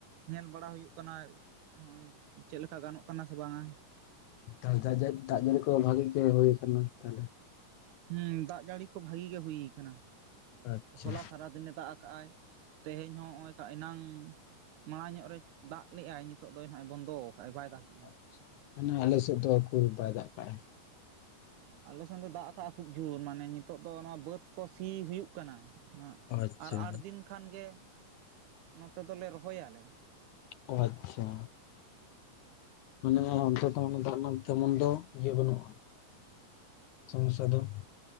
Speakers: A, on the right; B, on the left.
A: ᱧᱮᱞ ᱵᱟᱲᱟ ᱦᱩᱭᱩᱜ ᱠᱟᱱᱟ᱾ ᱦᱚᱸᱜᱼᱚᱭ ᱪᱮᱜ ᱞᱮᱠᱟ ᱜᱟᱱᱚᱜ ᱠᱟᱱᱟ ᱥᱮ ᱵᱟᱝᱟ᱾
B: ᱚ ᱡᱟ ᱡᱟ ᱛᱟᱦᱚᱞᱮ ᱫᱟᱜ ᱡᱟᱹᱲᱤ ᱠᱚ ᱵᱷᱟᱜᱤ ᱜᱮ ᱦᱩᱭ ᱠᱟᱱᱟ ᱛᱟᱦᱚᱞᱮ?
A: ᱦᱮᱸ ᱫᱟᱜ ᱡᱟᱹᱲᱤ ᱠᱚ ᱵᱷᱟᱜᱤ ᱜᱮ ᱦᱩᱭ ᱠᱟᱱᱟ,
B: ᱟᱪᱪᱷᱟ
A: ᱦᱚᱞᱟ ᱥᱟᱨᱟ ᱫᱤᱱᱮ ᱫᱟᱜ ᱠᱟᱜᱼᱟᱭ ᱛᱮᱦᱮᱸᱧ ᱦᱚᱸ ᱱᱚᱜᱼᱚᱭ ᱮᱱᱟᱝ ᱢᱟᱲᱟᱝ ᱧᱚᱜ ᱨᱮ ᱫᱟᱜ ᱞᱮᱜᱼᱟᱭ ᱱᱤᱛᱚᱜ ᱫᱚᱭ ᱱᱟᱦᱟᱜ ᱮ ᱵᱚᱱᱫᱚ ᱠᱟᱜᱼᱟᱭ ᱵᱟᱭ ᱫᱟᱜᱮᱜᱼᱟᱭ᱾
B: ᱟᱪᱪᱷᱟ ᱢᱟᱱᱮ ᱟᱞᱮ ᱥᱮᱫ ᱫᱚ ᱩᱠᱩᱨ ᱵᱟᱭ ᱫᱟᱜ ᱠᱟᱜᱼᱟᱭ᱾
A: ᱟᱞᱮᱥᱮᱱ ᱫᱚ ᱫᱟᱜ ᱠᱟᱜᱼᱟ ᱠᱷᱩᱵ ᱡᱳᱨ ᱢᱟᱱᱮ ᱱᱤᱛᱳ ᱫᱚ ᱱᱚᱣᱟ ᱵᱟᱹᱫᱽ ᱠᱚ ᱥᱤ ᱦᱩᱭᱩᱜ ᱠᱟᱱᱟ ᱱᱟᱦᱟᱜ
B: ᱟᱪᱪᱷᱟ
A: ᱟᱨ ᱟᱴ ᱫᱤᱱ ᱠᱷᱟᱱ ᱜᱮ ᱱᱚᱛᱮ ᱫᱚᱞᱮ ᱨᱚᱦᱚᱭᱟᱞᱮ᱾
B: ᱚ ᱟᱪᱪᱷᱟ᱾ ᱢᱟᱱᱮ ᱚᱱᱛᱮ ᱛᱮᱦᱚ ᱫᱟᱜ ᱨᱮᱱᱟᱜ ᱛᱮᱢᱚᱱ ᱫᱚ ᱤᱭᱟᱹ ᱵᱟᱹᱱᱩᱜᱼᱟ᱾ ᱥᱚᱢᱚᱥᱥᱟ ᱫᱚ